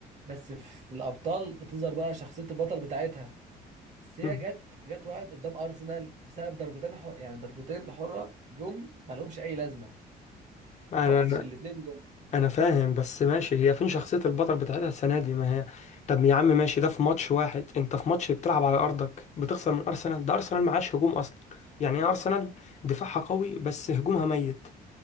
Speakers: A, on the right; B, on the left.
A: بس في الأبطال بتظهر بقى شخصية البطل بتاعتها بس هي
B: مم.
A: جت جت وقعت قدام ارسنال بسبب ضربتين حر... يعني ضربتين حره جم ما لهمش اي لازمه <laughs>
B: أنا
A: ماتش الاثنين جم
B: انا فاهم بس ماشي هي فين شخصية البطل بتاعتها السنة دي ما هي طب يا عم ماشي ده في ماتش واحد انت في ماتش بتلعب على ارضك بتخسر من ارسنال ده ارسنال معاش هجوم اصلا يعني ايه ارسنال دفاعها قوي بس هجومها ميت